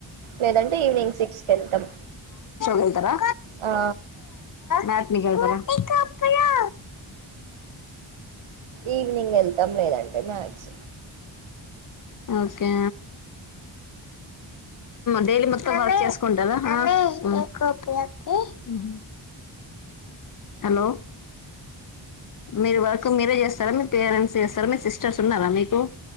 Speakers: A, on the right; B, on the left.
A: లేదంటే ఈవినింగ్ సిక్స్ క వెళ్తాం
B: పోతారా
A: ఆ
B: మాట్నికెల్తారా
A: ఈవినింగ్ వెళ్తాం లేదంటే మ్యాక్స్
B: ఓకే డైలీ మత్తం వర్క్ చేసుకుంట మ్ హ్మ్ హలో మీరు వర్క్ మీరే చేస్తారా మీ పేరెంట్స్ చేస్తారా మీ సిస్టర్ సిస్టర్స్ ఉనారు మీకు